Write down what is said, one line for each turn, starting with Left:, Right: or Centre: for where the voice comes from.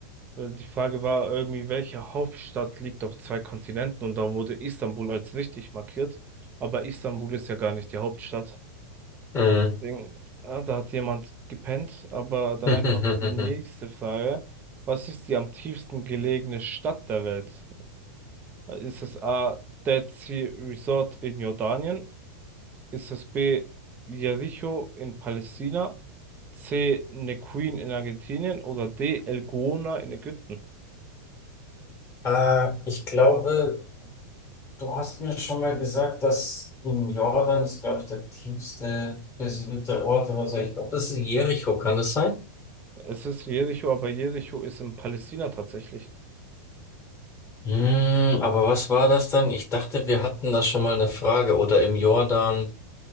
Right: Weil Die Frage war irgendwie, welche Hauptstadt liegt auf zwei Kontinenten? Und da wurde Istanbul als richtig markiert. Aber Istanbul ist ja gar nicht die Hauptstadt.
Left: Mhm.
Right: Deswegen, ah, da hat jemand gepennt. Aber dann
Left: <laughs>
Right: einfach die nächste Frage. Was ist die am tiefsten gelegene Stadt der Welt? Ist es A. Dead Sea Resort in Jordanien? Ist es B. Jericho in Palästina? C. Neuquén in Argentinien? Oder D. El Gouna in Ägypten?
Left: Äh, ich glaube, du hast mir schon mal gesagt, dass in Jordan ist, glaube ich, der tiefste besiedelte Ort oder so. Ich glaube, das ist Jericho, kann das sein?
Right: Es ist Jericho, aber Jericho ist in Palästina tatsächlich.
Left: Hm, aber was war das dann? Ich dachte, wir hatten da schon mal eine Frage oder im Jordan